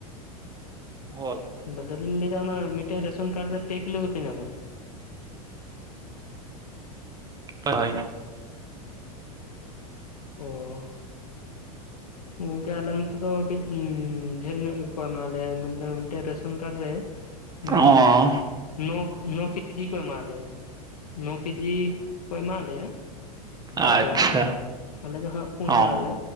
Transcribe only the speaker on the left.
ᱟᱞᱮ ᱫᱚᱞᱤᱧ ᱞᱟᱹᱭᱫᱟ ᱚᱱᱟ ᱢᱤᱫᱴᱮᱱ ᱨᱮᱥᱚᱱ ᱠᱟᱨᱰ ᱨᱮ ᱯᱮ ᱠᱤᱞᱳ ᱜᱮᱯᱮ ᱧᱟᱢᱟ?
ᱚᱻ᱾ ᱜᱚᱝᱠᱮ ᱟᱞᱮ ᱱᱚᱛᱮ ᱫᱚ ᱠᱟᱹᱡ ᱩᱸ ᱰᱷᱮᱨ ᱧᱚᱜ ᱜᱮᱠᱚ ᱮᱢᱟ ᱞᱮᱭᱟ᱾ ᱢᱤᱫᱴᱮᱱ ᱨᱮᱥᱚᱱ ᱠᱟᱨᱰ ᱨᱮ ᱦᱩᱸ
ᱱᱚᱠ ᱱᱚ ᱠᱮᱡᱤ ᱠᱚ ᱮᱢᱟᱣᱟᱞᱮᱭᱟ, ᱱᱚ ᱠᱮᱡᱤ ᱠᱚ ᱮᱢᱟᱣᱟᱞᱮᱭᱟ᱾
ᱟᱫᱚ ᱟᱞᱮ ᱫᱚ ᱦᱟᱸᱜ ᱯᱩᱱ
ᱦᱚᱲ ᱟᱞᱮ᱾